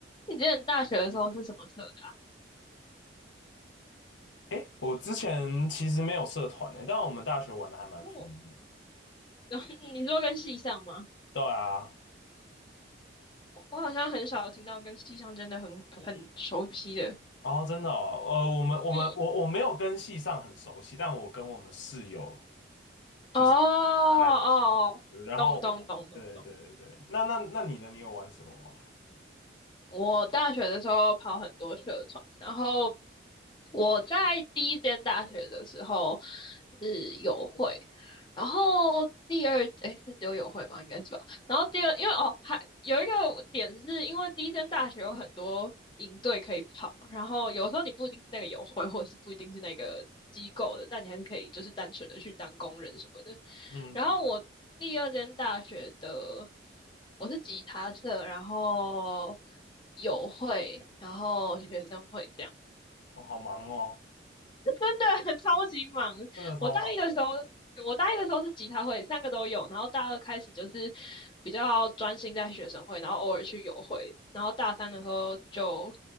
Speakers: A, on the left; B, on the left.
A: 你之前大学的时候是什么社的？
B: 诶，我之前其实没有社团诶，但我们大学玩的还蛮疯的。
A: 哦，然后 <laughs> 你说跟系上吗？
B: 对啊，
A: 我我好像很少听到跟系上真的很很熟悉的。
B: 然后真的哦，呃，我们我们我我没有跟系上很熟悉，
A: 嗯
B: 但我跟我们室友
A: 嗯，
B: 就是
A: 哦哦，
B: 在一起。然后我对对对对，
A: 懂懂懂懂懂。
B: 那那那你呢？你有玩什么吗？
A: 我大学的时候跑很多社团，然后我在第一间大学的时候是友会，然后第二诶是只有友会吗？应该是吧。然后第二，因为哦还有一个点是因为第一间大学有很多营队可以跑，然后有时候你不一定是那个友会，或者是不一定是那个机构的，但你还是可以就是单纯的去当工人什么的。
B: 嗯，
A: 然后我第二间大学的我是吉他社，然后友会，然后学生会这样，
B: 我、好忙哦，
A: 真的 <laughs> 超级忙。
B: 真的超忙。
A: 我大一的时候，我大一的时候是吉他会，三个都有，然后大二开始就是比较专心在学生会，然后偶尔去友会，然后大三的时候就